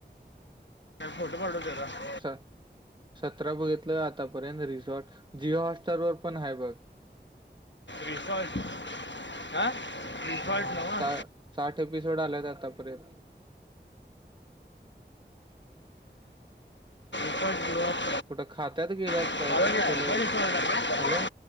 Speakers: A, on the left (about 85°); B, on the right (about 25°).
A: फोटो पाठवून <unintelligible>
B: सर, सतरा बघितलय आतापर्यंत रिसॉर्ट. जिओ हॉट स्टारवर पण हाय बघ.
A: रिसॉर्ट, आं. रिसॉर्ट
B: हम्म
A: नव्हं.
B: सा साठ एपिसोड आल्यात आतापर्यंत.
A: <unintelligible>
B: कुठं खात्यात गेल्यात
A: रिसॉर्ट
B: काय? केेल्या.
A: आहे का
B: हॅलो.